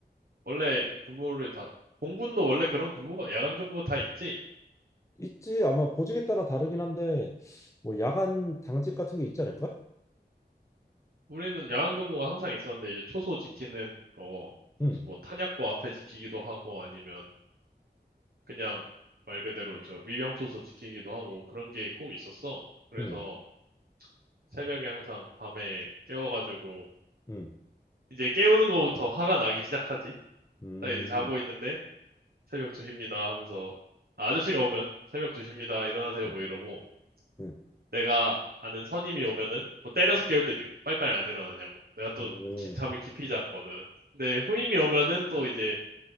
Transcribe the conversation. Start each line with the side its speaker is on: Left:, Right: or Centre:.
Right: 원래 근무를 다, 공군도 원래 그런 근무가, 야간 근무 다 있지?
Left: 있지 아마 보직에 따라 다르긴 한데 뭐 야간 당직 같은 게 있지 않을까?
Right: 우리는 야간 근무가 항상 있었는데, 이제 초소 지키는 거,
Left: 음.
Right: 뭐 탄약고 앞에 지키기도 하고, 아니면 그냥 말 그대로 저 위병초소 지키기도 하고, 그런 게 꼭 있었어. 그래서
Left: 음.
Right: 새벽에 항상 밤에 깨워가지고,
Left: 음.
Right: 이제 깨우는 거부터 화가 나기 시작하지?
Left: 음.
Right: 나 이제 자고 있는데, 새벽 2시입니다 하면서, 아, 아저씨가 오면 새벽 2시입니다, 일어나세요,
Left: 음.
Right: 뭐 이러고,
Left: 음.
Right: 내가 아는 선임이 오면은 뭐 때려서 깨울 때도 있고 빨리빨리 안 일어나냐고 내가 또
Left: 음.
Right: 기- 잠을 깊이 잤거든 근데 후임이 오면은 또 이제